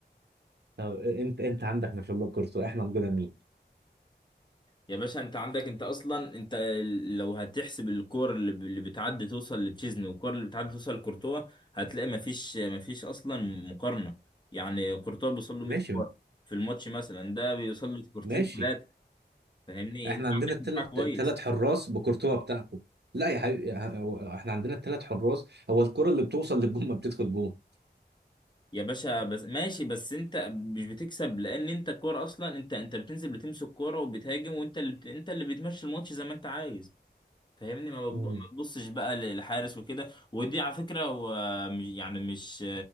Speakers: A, on the right; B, on the left.
A: طب آه، انت انت عندك ما شاء الله كورتوا احنا عندنا مين؟
B: يا باشا انت عندك انت اصلا انت ال- لو هتحسب الكور اللي, ب... اللي بتعدي توصل لتشيزني والكور اللي بتعدي توصل لكورتوا هتلاقي مفيش مفيش اصلا مقارنة يعني كورتوا بيوصل له 100
A: ماشي
B: كورة في الماتش مثلا ده بيوصل له كورتين
A: ماشي
B: ثلاثة فاهمني
A: احنا
B: انت
A: عندنا
B: عندك
A: الثلاث
B: دفاع كويس
A: الثلاث حراس بكورتوا بتاعكم لا يا حبيبي هو- احنا عندنا الثلاث حراس هو الكرة اللي بتوصل للجون ما بتدخل جون
B: يا باشا بس ماشي بس انت مش بتكسب لان انت الكوره اصلا انت انت بتنزل بتمسك كوره وبتهاجم وانت اللي بت... انت اللي بتمشي الماتش زي ما انت عايز فاهمني ما بتب-
A: مم.
B: ما تبصش بقى للحارس وكده ودي على فكره هو مش- يعني مش